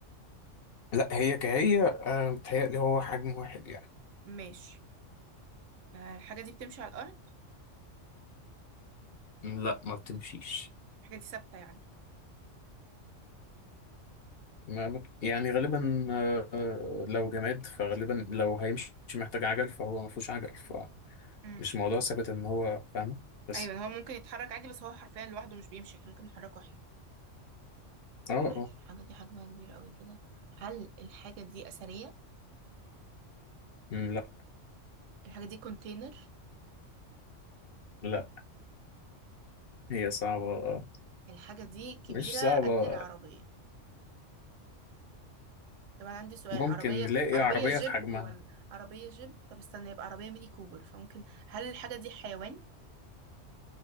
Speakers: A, on the left; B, on the right.
A: لا هي كهي آه، متهيألي هو حجم واحد يعني
B: ماشي آه الحاجه دي بتمشي على الارض
A: لا ما بتمشيش
B: الحاجه دي ثابته يعني
A: ما ما- يعني غالبا آه، آه، لو جماد فغالبا لو هيمشي محتاج عجل فهو ما فيهوش عجل فمش
B: امم
A: موضوع ثابت ان هو فاهمة بس
B: ايوه هو ممكن يتحرك عادي بس هو حرفيا لوحده مش بيمشي احنا ممكن نحركه احنا
A: اه
B: ماشي
A: اه
B: الحاجه دي حجمها كبير قوي كده هل الحاجه دي اثريه
A: مم، لا
B: الحاجه دي كونتينر
A: لا هي صعبة
B: الحاجه دي كبيره
A: مش صعبة
B: قد العربيه طب انا عندي سؤال
A: ممكن
B: عربيه
A: نلاقي
B: عربيه
A: عربية
B: جيب
A: في حجمها
B: ولا عربيه جيب طب استنى يبقى عربيه ميني كوبر فممكن هل الحاجه دي حيوان